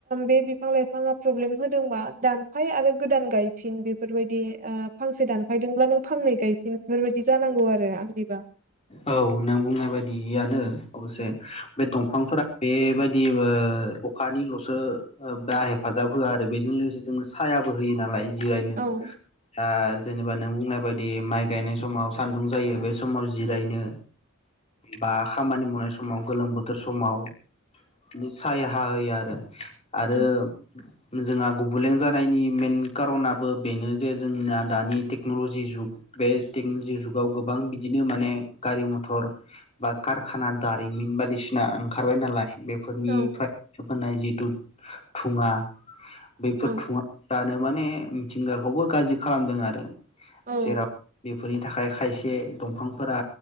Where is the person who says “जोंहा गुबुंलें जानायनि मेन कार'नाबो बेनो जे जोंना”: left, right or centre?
Left